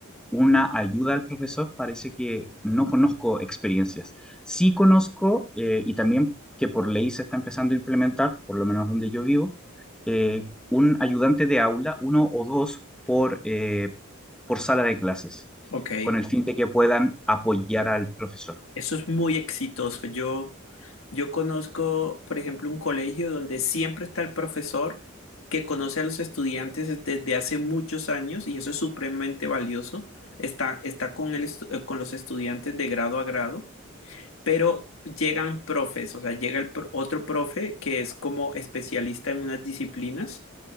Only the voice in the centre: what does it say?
una ayuda al profesor, parece que no conozco experiencias. Sí conozco, eh, y también que por ley se está empezando a implementar, por lo menos donde yo vivo, eh, un ayudante de aula, uno o dos por, eh, por sala de clases,
con el fin de que puedan apoyar al profesor.